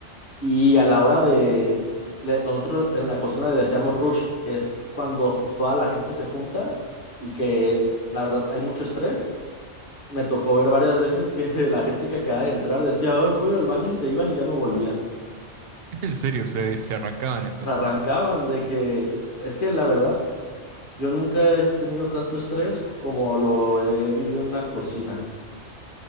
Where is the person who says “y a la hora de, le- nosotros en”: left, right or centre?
Left